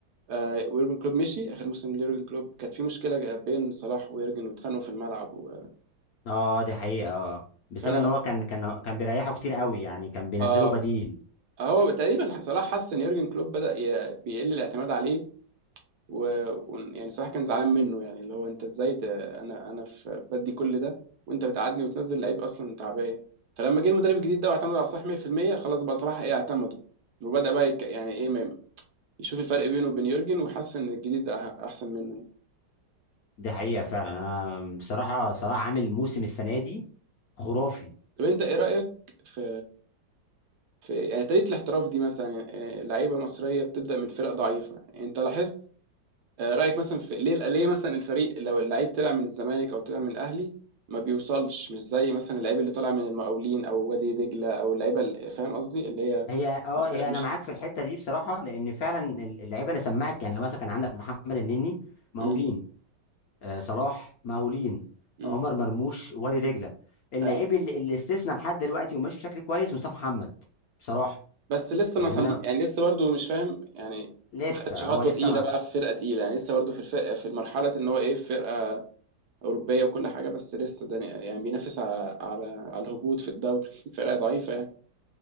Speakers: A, on the right; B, on the left.
A: آه ويورجن كلوب مشي اخر موسم ليورجن كلوب كانت في مشكله بين صلاح ويورجن واتخانقوا في الملعب و...
B: اه دي حقيقه اه بسبب
A: فانا
B: ان هو كان كان كان بيريحه كتير قوي يعني كان بينزله
A: آه
B: بديل
A: هو تقريبا صلاح حس ان يورجن كلوب بدا ي... بيقل الاعتماد عليه و... و... يعني صراحة كان زعلان منه يعني اللي هو انت ازاي ت... انا انا في بدي كل ده وانت بتقعدني وتنزل لعيب اصلا تعبان فلما جه المدرب الجديد ده واعتمد على صلاح 100% خلاص بقى صلاح ايه اعتمده وبدأ بقى يك... يعني ايه ما... يشوف الفرق بينه وبين يورجن وحس ان الجديد ده أح- احسن منه يعني.
B: دي حقيقه فعلا انا بصراحه بصراحه عامل موسم السنه دي خرافي
A: طب انت ايه رأيك في في يعني طريقة الاحتراف دي مثلا يعني آه، لعيبة مصرية بتبدأ من فرق ضعيفة يعني انت لاحظت آه، رايك مثلا في ليه ليه مثلا الفريق لو اللعيب طلع من الزمالك او طلع من الاهلي ما بيوصلش مش زي مثلا اللعيب اللي طالع من المقاولين او وادي دجله او اللعيبه اللي- فاهم قصدي اللي هي
B: هي اه
A: الفرق
B: هي
A: مش
B: انا معاك في الحته دي بصراحه لان فعلا ال- اللعيبه اللي سمعت يعني مثلا كان عندك محمد النني مقاولين
A: امم
B: آه صلاح مقاولين
A: امم
B: عمر مرموش وادي دجله اللعيب
A: ايوه
B: اللي, اللي استثنى لحد دلوقتي وماشي بشكل كويس مصطفى محمد بصراحه
A: بس لسه
B: يعني
A: ما سم...
B: انا
A: يعني لسه برضو مش فاهم يعني
B: لسه
A: ما خدش خطوه
B: هو لسه
A: تقيله
B: ما
A: بقى في فرقه تقيله يعني لسه برضو في الفرقه في المرحله ان هو ايه في فرقه اوروبيه وكل حاجه بس لسه ده يعني بينافس على على, على الهبوط في الدوري <laughs> فرقه ضعيفه يعني